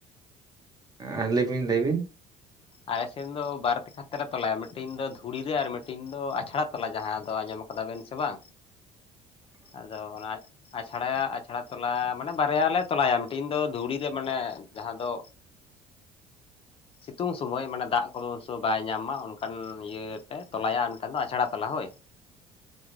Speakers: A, on the right; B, on the left.
A: ᱟᱸᱻ ᱞᱟᱹᱭᱵᱤᱱ ᱞᱟᱹᱭᱵᱤᱱ
B: ᱟᱞᱮ ᱥᱮᱱ ᱫᱚ ᱵᱟᱨ ᱛᱮᱠᱷᱟ ᱛᱮᱞᱮ ᱛᱚᱞᱟᱭᱟ ᱢᱤᱫᱴᱮᱱ ᱫᱚ ᱫᱷᱩᱲᱤ ᱨᱮ ᱟᱨ ᱢᱤᱫᱴᱮᱱ ᱫᱚ ᱟᱪᱷᱟᱲᱟ ᱛᱚᱞᱟ ᱡᱟᱦᱟᱸ ᱫᱚ ᱟᱸᱡᱚᱢ ᱠᱟᱫᱟ ᱵᱮᱱ ᱥᱮ ᱵᱟᱝᱼᱼ
A: <unintelligible>
B: ᱟᱫᱚ ᱚᱱᱟᱼᱼ ᱟᱪᱷᱟ ᱲᱟᱭᱟ ᱟᱪᱷᱟ ᱲᱟ ᱛᱚᱞᱟ ᱢᱟᱱᱮ ᱵᱟᱨᱭᱟ ᱞᱮ ᱛᱚᱞᱟᱭᱟ ᱢᱤᱫᱴᱤᱱ ᱫᱚ ᱫᱷᱩᱲᱤ ᱨᱮ ᱢᱟᱱᱮ ᱡᱟᱦᱟᱸ ᱫᱚᱼᱼ ᱥᱤᱛᱩᱝ ᱥᱚᱢᱚᱭ ᱢᱟᱱᱮ ᱫᱟᱜ ᱠᱚᱫᱚ ᱩᱱ ᱥᱚᱢᱚᱭ ᱵᱟᱭ ᱧᱟᱢ ᱢᱟ ᱚᱱᱠᱟᱱ ᱤᱭᱟᱹᱞᱮ ᱛᱚᱞᱟᱭᱟ ᱟᱨ ᱢᱤᱫᱴᱟᱱ ᱫᱚ ᱟᱪᱷᱲᱟ ᱛᱚᱞᱟ ᱦᱳᱭ